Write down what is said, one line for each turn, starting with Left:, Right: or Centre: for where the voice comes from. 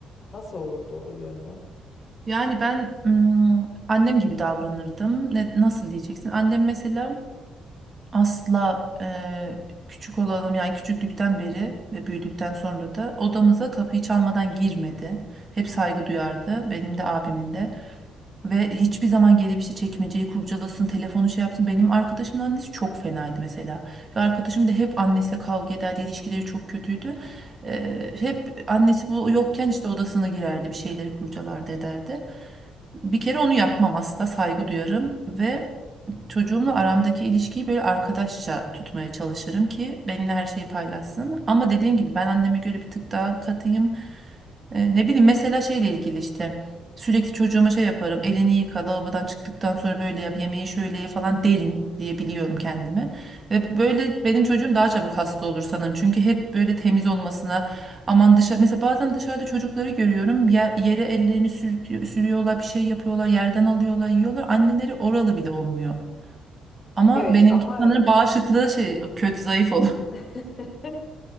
Left: Nasıl olurdu o yönden?
Right: Yani ben mm, annem gibi davranırdım. Ne, nasıl diyeceksin? Annem mesela asla eee, küçük olalım yani küçüklükten beri ve büyüdükten sonra da odamıza kapıyı çalmadan girmedi. Hep saygı duyardı benim de abimin de ve hiçbir zaman gelip işte çekmeceyi kurcalasın telefonu şey yapsın. Benim arkadaşımın annesi çok fenaydı mesela ve arkadaşım da hep annesiyle kavga ederdi ilişkileri çok kötüydü. Eee, hep annesi bu yokken işte odasına girerdi bir şeyleri kurcalardı ederdi. Bir kere onu yapmam asla saygı duyarım ve çocuğumla aramdaki ilişkiyi böyle arkadaşça tutmaya çalışırım ki benimle her şeyi paylaşsın. Ama dediğim gibi ben anneme göre bir tık daha katıyım. E, ne bileyim mesela şeyle ilgili işte sürekli çocuğuma şey yaparım. Elini yıka, lavabodan çıktıktan sonra böyle yap, yemeği şöyle ye falan derim diye biliyorum kendime. Ve böyle benim çocuğum daha çabuk hasta olur sanırım. Çünkü hep böyle temiz olmasına aman dışarı mesela bazen dışarıda çocukları görüyorum. Yer, yere ellerini sürtüyor- sürüyorlar, bir şey yapıyorlar, yerden alıyorlar, yiyorlar. Anneleri oralı bile olmuyor. Ama
Left: Evet
Right: benimki
Left: ama
Right: sanırım bağışıklığı şey kötü zayıf olur.
Left: <laughs>